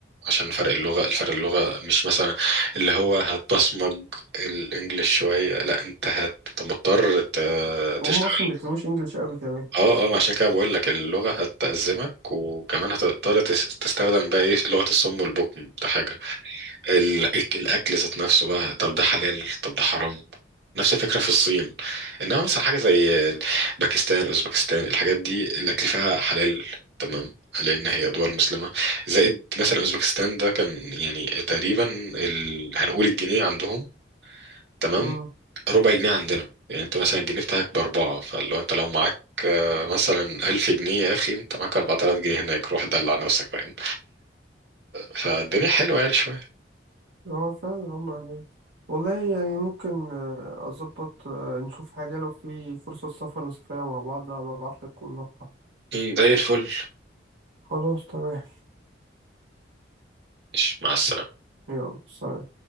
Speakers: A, on the right; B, on the right.
A: عشان فرق اللغه الفرق اللغه مش مثلا اللي هو هتبصمج الانجليش شويه لا انت هت- أنت مضطر ت-
B: وهم
A: تشتغل
B: اصلا ما بيتكلموش انجلش قوي كمان
A: اه اه ما عشان كده بقول لك اللغة هتأزمك وكمان هتضطر تس- تستخدم بقى ايه لغة الصم والبكم ده حاجة ال- الأكل ذات نفسه بقى طب ده حلال طب ده حرام نفس الفكرة في الصين إنما مثلا حاجة زي باكستان أوزبكستان الحاجات دي الأكل فيها حلال تمام لأن هي دول مسلمة زائد مثلا أوزبكستان ده كان يعني تقريبا ال... هنقول الجنيه عندهم تمام
B: طيب
A: ربع جنيه عندنا يعني انت مثلا الجنيه بتاعك باربعة فلو انت لو معاك آه، مثلا ألف جنيه يا أخي أنت معاك أربعة آلاف جنيه هناك روح دلع نفسك فاهم فالدنيا حلوة يعني شوية
B: هو فعلا هم هناك والله يعني ممكن آه، أظبط آه، نشوف حاجة لو في فرصة سفر نسافرها مع بعض أبقى أبعتلك ونروحها
A: مم، زي الفل
B: خلاص تمام
A: ماشي، مع السلامة
B: يلا سلام